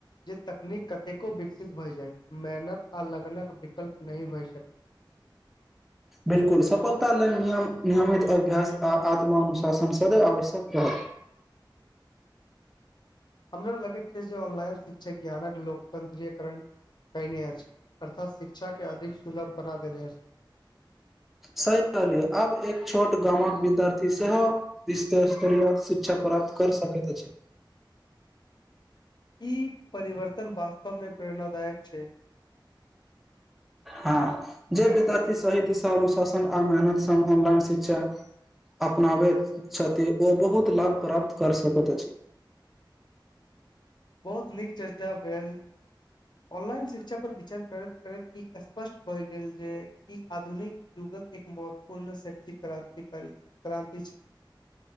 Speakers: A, on the left; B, in the centre.
A: जे तकनीक कतेको विकसित भय जाय मेहनत आ लगनक विकल्प नहि होय सकत। <inaudible>
B: बिल्कुल सफलता लेल नियम नियमित अभ्यास आ आत्मानुशासन सदैव आवश्यक रहत।
A: हमरा लगैत छै जे ऑनलाइन शिक्षक ज्ञानक लोकतंत्रीय करण कयने अछि। अर्थात शिक्षा के अधिक सुलभ बना देने अछि।
B: सही कहलिय आब एक छोट गामक विद्यार्थी सेहो इस तरह से पर्याप्त शिक्षा प्राप्त कर सकैत अछि।
A: ई परिवर्तन वास्तव मे प्रेरणादायक छै। <inaudible>
B: हँ जे विद्यार्थी सही दिशा अनुशासन आ मेहनत संग ऑनलाइन शिक्षा अपनाबैत छथि ओ बहुत लाभ प्राप्त कर सकैत अछि।
A: बहुत नीक चर्चा भेल ऑनलाइन शिक्षा पर विचार करैत। करैत ई स्पष्ट बए गेल जे ई आधुनिक युगक एक महत्वपूर्ण शैक्षिक क्रांतिकारी छय क्रान्ति छय